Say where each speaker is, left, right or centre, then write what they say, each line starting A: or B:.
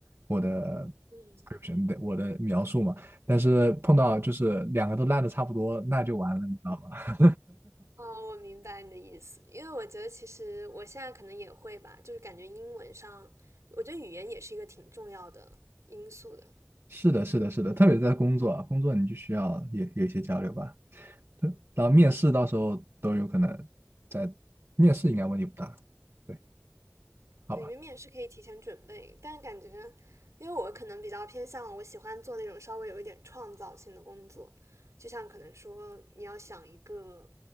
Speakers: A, on the right; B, on the right.
A: 我的
B: 嗯。
A: description 的我的描述嘛。但是碰到就是两个都烂的差不多，那就完了，你知道吗？
B: 哦，我明白你的意思，因为我觉得其实我现在可能也会吧，就是感觉英文上，我觉得语言也是一个挺重要的因素的。
A: <laughs> 是的，是的，是的，特别在工作啊，工作你就需要有有一些交流吧。对，然后面试到时候都有可能在面试应该问题不大，对，好吧。
B: 对，因为面试可以提前准备，但是感觉，因为我可能比较偏向，我喜欢做那种稍微有一点创造性的工作，就像可能说你要想一个